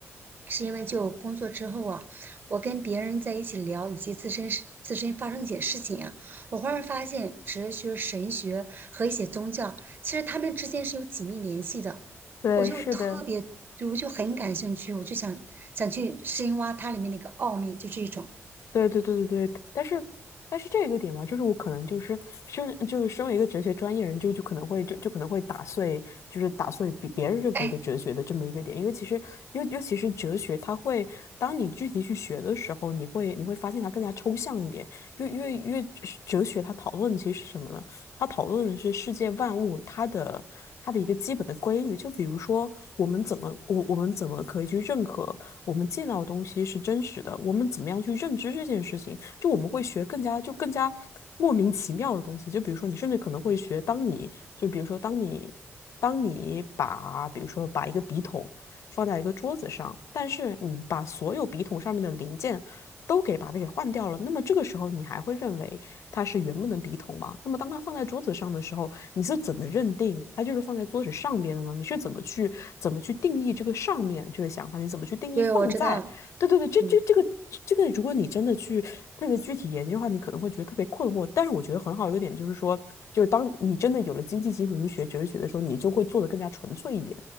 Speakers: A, on the right; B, on the left.
A: 是因为就工作之后啊，我跟别人在一起聊以及自身事自身发生一些事情啊，我忽然发现哲学、神学和一些宗教，其实他们之间是有紧密联系的。
B: 对，
A: 我就特别，
B: 是的。
A: 就我就很感兴趣，我就想想去深挖它里面的一个奥秘，就这一种。
B: 对对对对对，但是但是这个点吧，就是我可能就是身就是身为一个哲学专业人，就就可能会就就可能会打碎，就是打碎比别人认为的哲学的这么一个点，
A: 哎，
B: 因为其实尤尤其是哲学，它会当你具体去学的时候，你会你会发现它更加抽象一点，因为因为因为哲学它讨论的其实是什么呢？它讨论的是世界万物它的它的一个基本的规律，就比如说我们怎么我我们怎么可以去认可。我们见到的东西是真实的，我们怎么样去认知这件事情，就我们会学更加就更加莫名其妙的东西，就比如说你甚至可能会学，当你就比如说当你当你把比如说把一个笔筒放在一个桌子上，但是你把所有笔筒上面的零件。都给把它给换掉了，那么这个时候你还会认为它是原本的笔筒吗？那么当它放在桌子上的时候，你是怎么认定它就是放在桌子上面的呢？你是怎么去怎么去定义这个上面这个想法？你怎么去定义放在？
A: 对，我知道，
B: 对对对，这这这个这个，
A: 嗯。
B: 如果你真的去特别具体研究的话，你可能会觉得特别困惑。但是我觉得很好一个点就是说，就是当你真的有了经济基础，你学哲学的时候，你就会做得更加纯粹一点。